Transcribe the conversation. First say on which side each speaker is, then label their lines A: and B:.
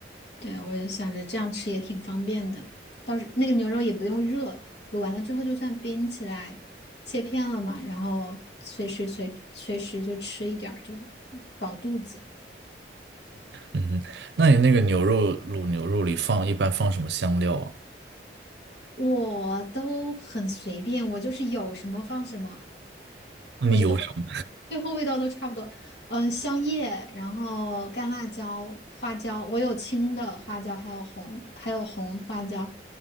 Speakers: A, on the left (about 70°); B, on the right (about 70°).
A: 对，我想着这样吃也挺方便的，到时那个牛肉也不用热，卤完了之后就算冰起来，切片了嘛，然后随时随随时就吃一点儿，就饱肚子。
B: 嗯哼，那你那个牛肉卤牛肉里放一般放什么香料啊？
A: 我都很随便，我就是有什么放什么，
B: 你有什么
A: 我觉得味最后味道都差不多。嗯、香叶，然后干辣椒、花椒，我有青的花椒，还有红，还有红花椒。